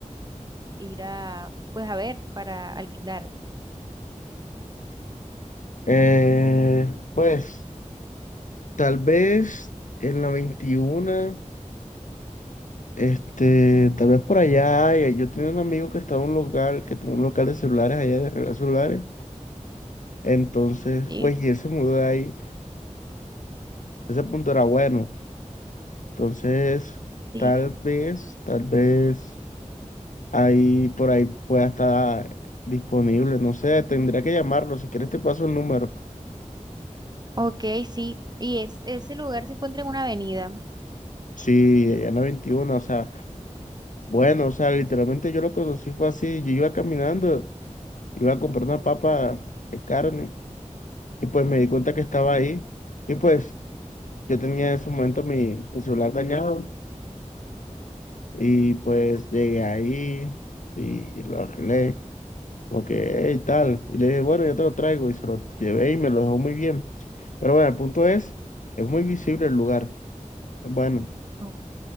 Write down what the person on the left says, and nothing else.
Eh, pues tal vez en la 21, este, tal vez por allá, haya- yo tenía un amigo que estaba en un local, que tenía un local de celulares allá de regalar celulares, entonces,
pues, y él se mudó de ahí, ese punto era bueno, entonces,
tal vez, tal vez ahí por ahí pueda estar disponible, no sé, tendría que llamarlo, si quieres te paso el número,
sí, allá en la 21, o sea. Bueno, o sea, literalmente yo lo conocí fue así, yo iba caminando, iba a comprar una papa de carne y pues me di cuenta que estaba ahí y pues yo tenía en ese momento mi, mi celular dañado y pues
llegué ahí y lo arreglé, como que, hey, tal, y le dije, bueno, yo te lo traigo y se lo llevé y me lo dejó muy bien. Pero bueno, el punto es, es muy visible el lugar. Bueno,